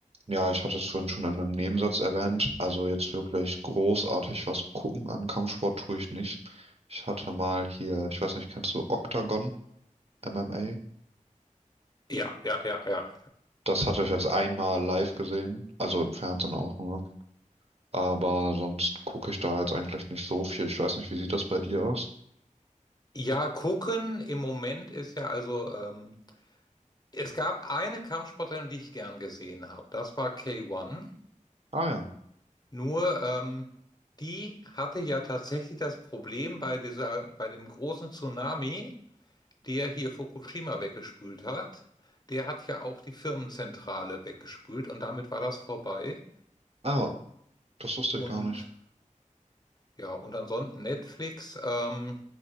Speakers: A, on the right; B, on the left.
A: Ja, ich hatte es vorhin schon in einem Nebensatz erwähnt. Also jetzt wirklich großartig was gucken an Kampfsport tue ich nicht. Ich hatte mal hier, ich weiß nicht, kennst du Octagon MMA?
B: Ja, ja, ja, ja.
A: Das hatte ich jetzt einmal live gesehen, also im Fernsehen auch nur. Aber sonst gucke ich da jetzt eigentlich nicht so viel. Ich weiß nicht, wie sieht das bei dir aus?
B: Ja, gucken im Moment ist ja also, ähm, es gab eine Kampfsportlerin, die ich gern gesehen habe. Das war K1.
A: Ah ja.
B: Nur, ähm, die hatte ja tatsächlich das Problem bei dieser, bei dem großen Tsunami, der hier Fukushima weggespült hat. Der hat ja auch die Firmenzentrale weggespült und damit war das vorbei.
A: Ah, das wusste
B: Und
A: ich gar nicht.
B: Ja, und ansonsten Netflix ähm,